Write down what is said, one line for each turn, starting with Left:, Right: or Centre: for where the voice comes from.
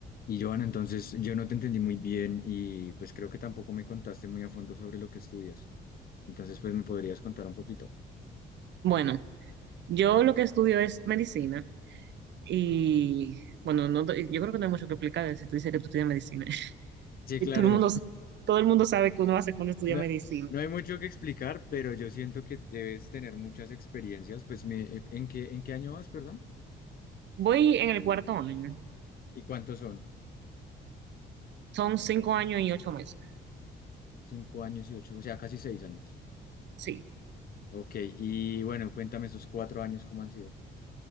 Left: Y Joana, entonces yo no te entendí muy bien y pues creo que tampoco me contaste muy a fondo sobre lo que estudias. Entonces pues me podrías contar un poquito.
Right: Bueno, yo lo que estudio es medicina y bueno, no, te- yo creo que no hay mucho que explicar si tú dices que tú estudias medicina. <laughs>
Left: Sí,
Right: Y
Left: claro,
Right: todo el mundo, todo el mundo sabe que uno hace
Left: <laughs>
Right: cuando estudia
Left: no,
Right: medicina.
Left: no hay mucho que explicar, pero yo siento que debes tener muchas experiencias. Pues me, eh, ¿en qué, en qué año vas, perdón?
Right: Voy en el cuarto año.
Left: ¿Y cuántos son?
Right: Son cinco años y ocho meses.
Left: Cinco años y ocho, o sea, casi seis años.
Right: Sí.
Left: Ok, y bueno, cuéntame esos cuatro años, ¿cómo han sido?